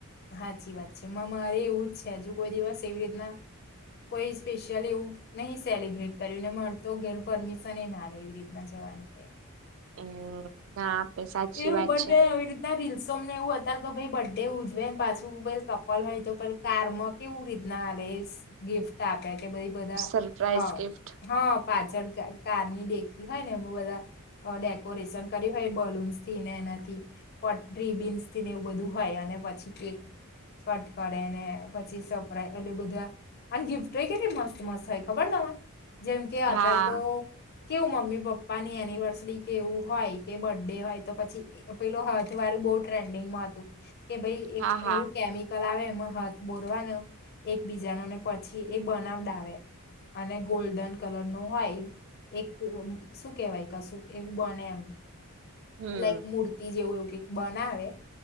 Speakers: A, on the left; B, on the right.
A: હાચી વાત છે માં મારે એવું જ છે હજુ કોઈ દિવસ એવી રીતના કોઈ સ્પેશિયલ એવું નહી સેલિબ્રેટ કર્યું ને મળતો ઘેર પરમિશન એ ના લે એવી રીતના જ વાની ગઈ આ.
B: હમ્મ, ના આપે સાચી
A: એ
B: વાત
A: ઉપર
B: છે
A: તે આવી રીતના રીલસોને એવું હતા તો ભાઈ બર ડે ઉજવે ને પાછું ઉ કપલ હોય તો પે કારમાં કેવું રીતના ના આલે એસ ગિફ્ટ આપે. તે ભઈ બધા
B: સરપ્રાઈઝ
A: અહ
B: ગિફ્ટ
A: હા પાછળ ક-કારની ડેકી હોય ને એમું બધા અહ ડેકોરેશન કરી હોય બલૂન્સ થી ને એનાથી પટ્રી બીન્સ થીને એવું બધું હોય અને પછી કેક કટ કરે ને પછી સપરાય એટલે બધા અને ગિફ્ટોય કેટલી મસ્તી મસ્ત હોય ખબર તમારે જેમ કે અત્યારે
B: હા
A: તો કેવું મમ્મી પપ્પાની એનિવર્સરી કે એવું હોય કે બર્થડે હોય તો પછી એ પેલું હથ વારું બહુ ટ્રેન્ડિંગમાં હતું કે ભાઈ એક
B: હા હા
A: એવું કેમિકલ આવે માં હાથ બોરવાનો એક બીજાનો ને પછી એ બનાવડાવે. અને ગોલ્ડન કલર નો હોય. એક શું કેવાય કશું એવું બને એમ.
B: હમ
A: લાઈક મૂર્તિ જેવું એવું કઈક બનાવે